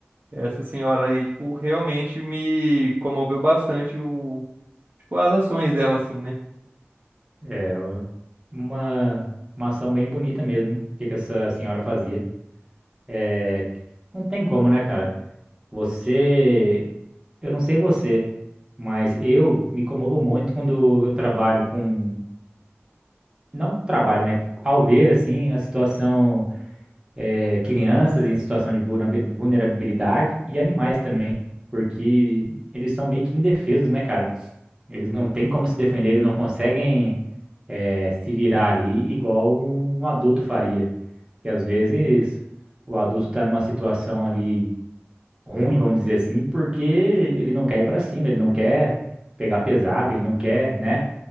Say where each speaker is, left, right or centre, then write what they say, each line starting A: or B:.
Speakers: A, on the right; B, on the right.
A: Essa senhora aí, tipo, realmente me comoveu bastante o, tipo, as ações dela, assim, né?
B: É uma, uma ação bem bonita mesmo, o que que essa senhora fazia. É, não tem como, né, cara? Você, eu não sei você, mas eu me comovo muito quando eu trabalho com não trabalho, né? Ao ver, assim, a situação, eh, crianças em situação de vulnerabi- vulnerabilidade e animais também, porque eles são meio que indefesos, né, cara? Eles não têm como se defender, eles não conseguem, eh, se virar ali igual um adulto faria. E às vezes o adulto tá numa situação ali ruim, vamos dizer assim, porque ele não quer ir pra cima, ele não quer pegar pesado, ele não quer, né?